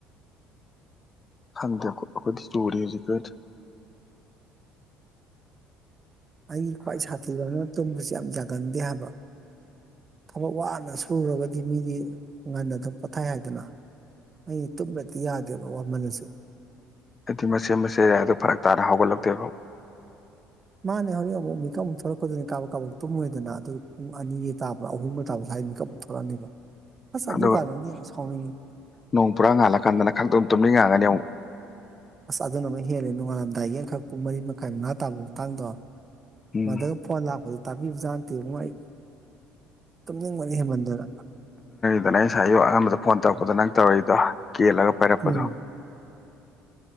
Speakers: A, on the left; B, on the right.
A: ꯍꯪꯗ ꯑꯩꯈꯣꯏꯗꯤ ꯆꯧꯔꯤ ꯍꯧꯖꯤ ꯀꯣꯏ
B: ꯑꯩꯒꯤ ꯈ꯭ꯋꯥꯏ ꯁꯥꯊꯤꯕꯅꯤꯅ ꯇꯨꯝꯕꯕꯁꯤ ꯌꯥꯝ ꯌꯥꯒꯟꯗꯦ ꯍꯥꯏꯕ ꯊꯕꯛ ꯋꯥꯅ ꯁꯨꯔꯒꯗꯤ ꯃꯤꯗꯤ ꯋꯥꯉꯥꯟꯗ ꯑꯗꯨꯝ ꯄꯣꯊꯥꯏ ꯍꯥꯏꯗꯅ ꯑꯩꯗꯤ ꯇꯨꯝꯕꯗꯤ ꯌꯥꯗꯦꯕ ꯋꯥꯃꯜꯂꯁꯨ
A: ꯍꯥꯏꯗꯤ ꯃꯆꯦ ꯃꯆꯦꯔꯌꯥ ꯑꯗꯨ ꯐꯔꯛ ꯇꯥꯅ ꯍꯧꯒꯠꯂꯛꯇꯦꯕ
B: ꯃꯥꯅꯦ ꯍꯧꯖꯤꯛ ꯑꯃꯨꯛ ꯃꯤꯀꯞ ꯑꯃꯨꯛ ꯊꯣꯛꯂꯛꯀꯗꯅꯤ ꯀꯥꯕꯛ ꯀꯥꯕꯛ ꯇꯨꯝꯃꯣꯏꯗꯅ ꯑꯗꯨꯒ ꯄꯨꯡ ꯑꯅꯤꯒꯤ ꯇꯥꯕ꯭ꯔ ꯑꯍꯨꯝꯒ ꯇꯥꯕꯗ ꯍꯥꯏꯗꯤ ꯃꯤꯀꯞ ꯑꯃꯨꯛ ꯊꯣꯛꯂꯛꯑꯅꯦꯕ ꯑꯁ ꯑꯗꯨꯀꯥꯟꯗꯗꯤ
A: ꯑꯗꯨꯒ
B: ꯌꯥꯝ ꯁꯥꯎꯅꯤꯡꯉꯤ
A: ꯅꯣꯡ ꯄꯨꯔꯥ ꯉꯥꯜꯂꯀꯥꯟꯗꯅ ꯈꯪꯛꯇ ꯑꯗꯨ ꯇꯨꯝꯂꯤ ꯉꯥꯛꯒꯅꯤ ꯑꯃꯨꯛ
B: ꯑꯁ ꯑꯗꯨꯅ ꯑꯃꯨꯛ ꯍꯦꯜꯂꯦ ꯅꯣꯡꯉꯥꯜꯂꯝꯗꯥꯏꯒꯤ ꯑꯡꯈꯛ ꯄꯨꯡ ꯃꯔꯤ ꯃꯈꯥꯏ ꯃꯉꯥ ꯇꯥꯕꯒꯤ ꯃꯇꯥꯡꯗꯣ
A: ꯎꯝ
B: ꯃꯗꯨꯒ ꯐꯜ ꯍꯥꯄ ꯇꯕꯤꯕꯖꯥꯟꯇꯦ ꯃꯅꯨꯡꯥꯏ ꯇꯨꯝꯅꯤꯡꯕꯅꯤ ꯍꯦꯃꯟꯗꯨꯅ
A: ꯑꯗꯨꯅ ꯑꯩ ꯉꯥꯏ ꯑꯌꯨꯛ ꯑꯉꯝꯕꯗ ꯐꯣꯟ ꯇꯧꯔꯛꯄꯗ ꯅꯪ ꯇꯧꯔꯤꯏꯗꯣ ꯀꯦꯜꯂꯒ ꯄꯥꯏꯔꯛꯄꯗꯣ
B: ꯎꯝ
A: <inaudible>